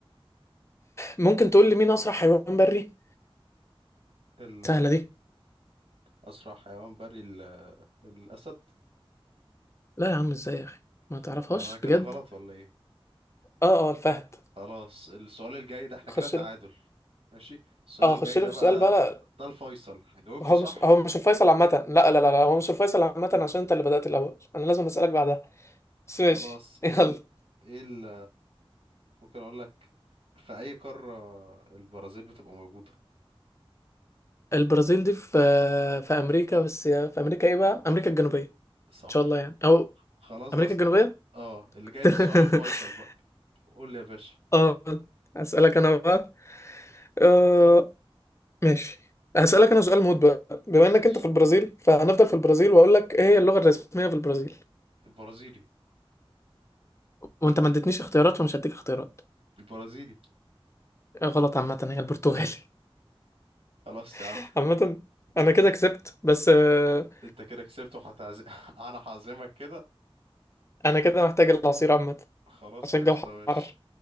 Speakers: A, on the left; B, on the right.
A: ممكن تقول لي مين أسرع حيوان بري؟
B: ال-
A: سهلة دي
B: اسرع حيوان بري ال... الاسد
A: لا يا عم ازاي يا أخي ما
B: خلاص
A: تعرفهاش
B: يعني انا كده
A: بجد؟
B: غلط ولا ايه
A: اه اه الفهد
B: خلاص السؤال الجاي ده احنا كده
A: خش
B: تعادل
A: لي
B: ماشي السؤال
A: اه
B: الجاي
A: خش لي
B: ده
A: في
B: بقى
A: السؤال بقى
B: ده
A: لا،
B: ده الفيصل جاوبته
A: هو
B: صح
A: مش هو مش الفيصل عامة لا لا لا لا، هو مش الفيصل عامة عشان انت اللي بدأت الأول أنا لازم أسألك بعدها بس
B: خلاص
A: ماشي <laughs> يلا
B: ايه ال... ايه ال... ممكن اقول لك في اي قارة البرازيل بتبقى موجودة
A: البرازيل دي في في امريكا بس في امريكا ايه بقى امريكا الجنوبيه ان
B: صح
A: شاء الله يعني او
B: خلاص
A: امريكا
B: ده
A: الجنوبيه
B: اه اللي جاي
A: <laughs>
B: ده السؤال الفيصل بقى قول لي يا باشا
A: اه اسالك انا بقى آه... ماشي هسالك انا سؤال موت بقى بما انك
B: ماشي
A: انت في البرازيل فهنفضل في البرازيل واقول لك ايه هي اللغه الرسميه في البرازيل
B: البرازيلي
A: وانت ما اديتنيش اختيارات فمش هديك اختيارات
B: البرازيلي
A: آه، غلط عامه هي البرتغالي
B: خلاص يا
A: <laughs>
B: عم
A: عامه
B: <laughs>
A: انا
B: انت
A: كده كسبت بس آه،
B: انت كده كسبت وهتعزم <laughs> انا هعزمك كده
A: <laughs> انا كده محتاج العصير عامه
B: خلاص
A: عشان
B: قشطة
A: الجو
B: ماشي
A: حر